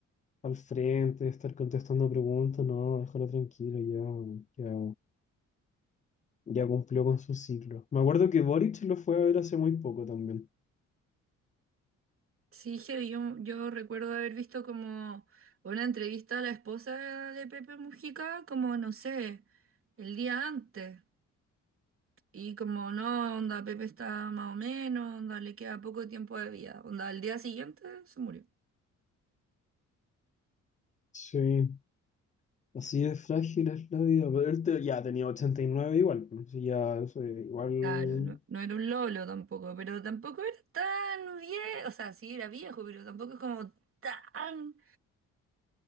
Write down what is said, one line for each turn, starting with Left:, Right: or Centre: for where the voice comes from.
Left: al frente, estar contestando preguntas, no, déjalo tranquilo ya, weón, ya, ya cumplió con su ciclo. Me acuerdo que Boric lo fue a ver hace muy poco también.
Right: Sí, heavy, yo, yo recuerdo haber visto como una entrevista a la esposa de Pepe Mujica, como no sé, el día antes. Y como no, onda, Pepe está más o menos, onda, le queda poco tiempo de vida. Onda, al día siguiente se murió.
Left: Sí, así de frágil es la vida, pero él te- ya tenía 89 igual, pues, sí, ya, eso, eh, igual,
Right: Claro, no, no era un lolo tampoco, pero tampoco era tan viejo. O sea, sí era viejo, pero tampoco es como tan.